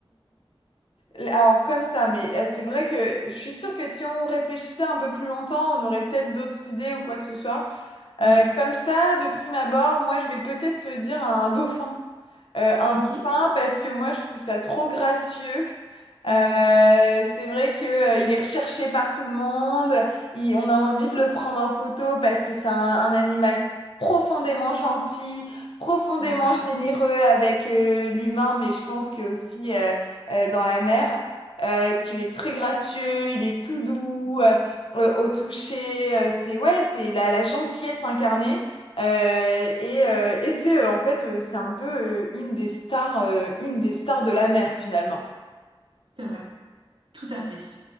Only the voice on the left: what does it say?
Alors comme ça, mais euh, c'est vrai que je suis sûre que si on réfléchissait un peu plus longtemps, on aurait peut-être d'autres idées ou quoi que ce soit.
Euh, comme ça, de prime abord, moi, je vais peut-être te dire un dauphin. Euh, un
dauphin parce que moi, je trouve ça trop gracieux. Euh,
c'est vrai que, euh, il est recherché par tout le monde. Il- on a envie de le prendre en photo parce que c'est un, un animal profondément gentil, profondément
généreux avec euh, l'humain, mais je pense que aussi euh, euh, dans la mer, euh, qu'il est très gracieux, il est tout doux. euh, euh, au toucher, euh, c'est ouais, c'est la, la gentillesse incarnée. Euh, et euh, et c'est euh, en fait euh, c'est un peu euh, une des stars, euh, une des stars de la mer finalement.